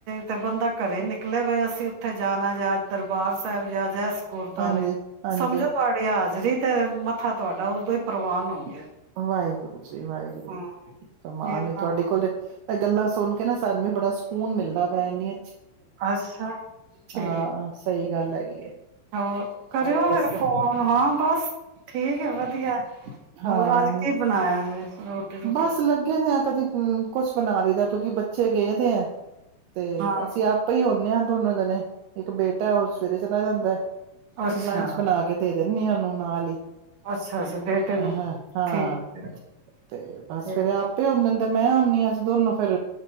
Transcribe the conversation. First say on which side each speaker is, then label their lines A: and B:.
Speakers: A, on the right; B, on the right.
A: ਤੇ ਬੰਦਾ ਘਰੇ ਨਿਕਲੇ ਪਏ ਅਸੀਂ ਉੱਥੇ ਜਾਣਾ ਜਾ ਦਰਬਾਰ ਸਾਹਿਬ ਜਾ ਜਾ ਗੁਰਦੁਆਰੇ
B: ਹਾਂਜੀ ਹਾਂਜੀ।
A: ਸਮਝੋ ਤੁਹਾਡੇ ਹਾਜ਼ਰੀ ਤੇ ਮੱਥਾ ਤੁਹਾਡਾ ਉਦੋਂ ਹੀ ਪ੍ਰਵਾਨ ਹੋ ਗਿਆ।
B: ਵਾਹਿਗੁਰੂ, ਜੀ ਵਾਹਿਗੁਰੂ
A: ਹੂੰ
B: ਕਮਾਲ
A: ਇਨਾ
B: ਆ ਤੁਹਾਡੇ ਕੋਲੇ ਇਹ ਗੱਲਾਂ ਸੁਣ ਕੇ ਨਾ ਸਾਨੂੰ ਬੜਾ ਸਕੂਨ ਮਿਲਦਾ ਪਇਆ ਇਹਨੀ
A: ਅੱਛਾ ਠੀਕ
B: ਹਾਂ ਸਹੀ ਗੱਲ ਹੈਗੀ ਹੈ
A: ਹੋਰ ਕਰਿਓ
B: ਹੋਰ ਦੱਸੋ
A: ਫੇਰ ਫੋਨ ਹਾਂ ਬਸ ਠੀਕ ਹੈ ਵਧੀਆ।
B: ਹਾਂ
A: ਹੋਰ ਅੱਜ ਕੀ ਬਣਾਇਆ ਜੇ। ਰੋਟੀ ਰੂਟੀ
B: ਬਸ ਲੱਗੇ ਤੇ ਕਦੀ ਕੁਛ ਬਣਾ ਲਈਦਾ ਕਿਉਂਕਿ ਬੱਚੇ ਗਏ ਪਏ ਐ। ਤੇ
A: ਹਾਂ
B: ਅਸੀਂ ਆਪੇ ਹੀ ਹੁੰਨੇ ਆ। ਦੋਨੋਂ ਜਨੇ। ਇੱਕ ਬੇਟਾ ਉਸ ਸਵੇਰੇ ਚਲਾ ਜਾਂਦਾ।
A: ਅੱਛਾ
B: ਲੰਚ ਬਣਾ ਕੇ ਦੇ ਦਿਨੀ ਆ ਓਹਨੂੰ ਨਾਲ ਹੀ
A: ਅੱਛਾ ਅੱਛਾ ਬੇਟੇ ਨੂੰ
B: ਹਾਂ ਹਾਂ
A: ਠੀਕ ਹੈ।
B: ਤੇ
A: ਠੀਕ
B: ਬਸ ਫਵੇਰੇ ਆਪੇ ਹੁੰਦੇ <unintelligible> ਆ ਅਸੀਂ ਦੋਨੋਂ ਫੇਰ